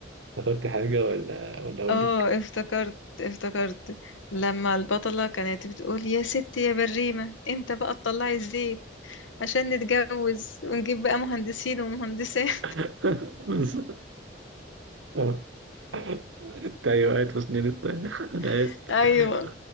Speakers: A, on the right; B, on the left.
A: افتكرت حاجة ولا ولا أقول
B: اه
A: لك
B: افتكرت افتكرت لما البطلة كانت بتقول يا ستي يا بريمة امتى بقى تطلعي الزيت عشان نتجوز ونجيب بقى مهندسين ومهندسات
A: <laughs> اه انت ايوه قاعد في سنين است- <laughs> انا
B: <laughs>
A: اسف
B: ايوه
A: آه،